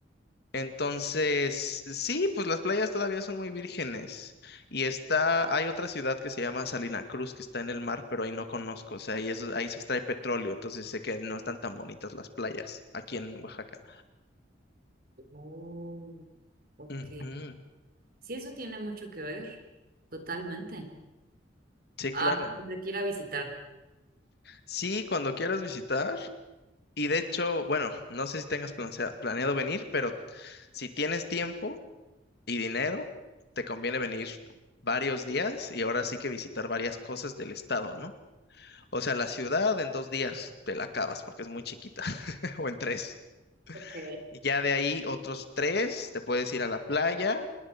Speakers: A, on the left (about 60°); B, on the right (about 50°).
A: Entonces, sí, pues las playas todavía son muy vírgenes. Y está, hay otra ciudad que se llama Salina Cruz, que está en el mar, pero ahí no conozco. O sea, ahí, es- ahí se extrae petróleo, entonces sé que no están tan bonitas las playas aquí en Oaxaca.
B: Oh, ok.
A: Ujú.
B: Sí, eso tiene mucho que ver, totalmente.
A: Sí,
B: Ah,
A: claro.
B: te quiera visitar.
A: Sí, cuando quieras visitar. Y de hecho, bueno, no sé si tengas plansea- planeado venir, pero si tienes tiempo y dinero, te conviene venir varios días y ahora sí que visitar varias cosas del estado, ¿no? O sea, la ciudad en dos días te la acabas porque es muy chiquita, <laughs> o en tres.
B: Ok.
A: Y ya de ahí otros tres te puedes ir a la playa